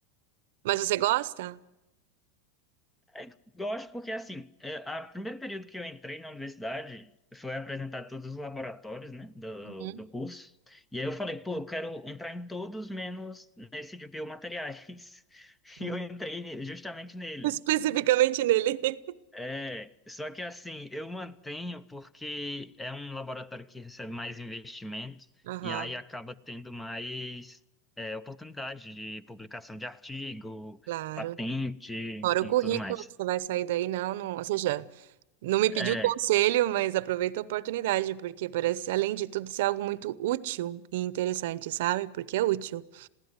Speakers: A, on the right; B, in the centre.
A: Mas você gosta?
B: É, gosto porque, assim, é, a primeiro período que eu entrei na universidade foi apresentar todos os laboratórios, né, do,
A: Uhum.
B: do curso. E aí eu falei, pô, eu quero entrar em todos menos nesse de biomateriais. <laughs>
A: Uhum.
B: E eu entrei ne- justamente nele.
A: Especificamente nele. <laughs>
B: É, só que, assim, eu mantenho porque é um laboratório que recebe mais investimento
A: Aham,
B: e aí acaba tendo mais, é, oportunidade de publicação de artigo,
A: claro.
B: patente
A: Fora
B: e
A: o currículo
B: tudo mais.
A: que você vai sair daí, não, não. Ou seja, não me pediu
B: É,
A: conselho, mas aproveita a oportunidade, porque parece, além de tudo, ser algo muito útil e interessante, sabe? Porque é útil.